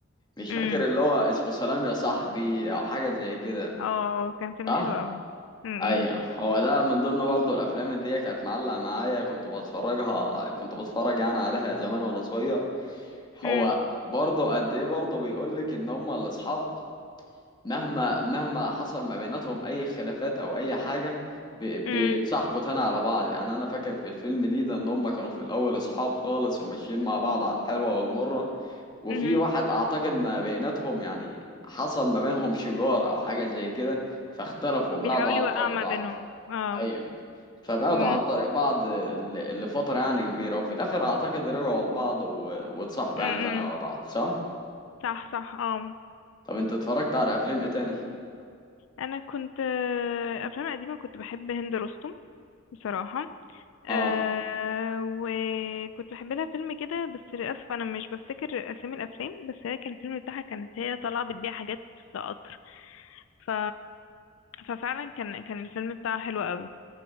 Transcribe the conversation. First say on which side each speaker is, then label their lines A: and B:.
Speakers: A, on the left; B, on the left.
A: مش
B: امم
A: فاكر اللي هو اسمه سلام يا صاحبي او حاجه زي كده
B: اه كان فيلم
A: صح
B: حلو قوي امم
A: ايوه هو ده من ضمن برضه الافلام اللي هي كانت معلقه معايا كنت بتفرجها كنت بتفرج يعني عليها زمان وانا صغير هو
B: امم
A: برضه قد ايه برضه بيقول لك ان هم الاصحاب مهما مهما حصل ما بيناتهم اي خلافات او اي حاجه بي- بيتصاحبوا
B: امم
A: تاني على بعض يعني انا فاكر في الفيلم دي ده ان هم كانوا في الاول اصحاب خالص وماشيين مع بعض على الحلوه والمره وفي
B: امم
A: واحد اعتقد ما بيناتهم يعني حصل ما بينهم شجار او حاجه زي كده فاختلفوا
B: بيحاول
A: بعدوا عن
B: يوقع
A: طريق
B: ما
A: بعض
B: بينهم اه
A: ايوه فبعدوا
B: امم
A: عن طريق بعض ل- لفتره يعني كبيره وفي الاخر اعتقد رجعوا لبعض و- واتصاحبوا
B: امم
A: يعني تاني على بعض صح
B: صح صح اه
A: طب انت اتفرجت على افلام ايه تاني
B: انا كنت آه، افلام قديمه كنت بحب هند رستم بصراحه أه
A: اه
B: وكنت بحب لها فيلم كده بس للاسف انا مش بفتكر اسامي الافلام بس هي كان الفيلم بتاعها كانت هي طالعه بتبيع حاجات في قطر ف ففعلا كان كان الفيلم بتاعها حلو قوي